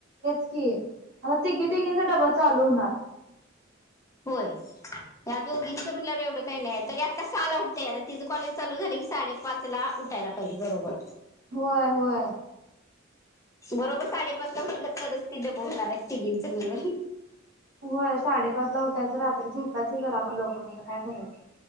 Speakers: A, on the right; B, on the left.
A: क आता तिघी तिघांचा डबा चालू होणारं
B: होय. या दोघींचं म्हटल्यावर एवढं काही नाही तरी आत्ता साहाला उठतेय आता तिचं कॉलेज चालू झालं की साडेपाच ला. उ उठायला पाहिजे बरोबर.
A: होय होय.
B: बरोबर साडेपाच ला उठले तरच ती बवणार आहेत तिघींच ममिळून
A: होय साडेपाच ला उठायचं रात्री झोपायचं जरा आपण लवकर तर काय करायचं.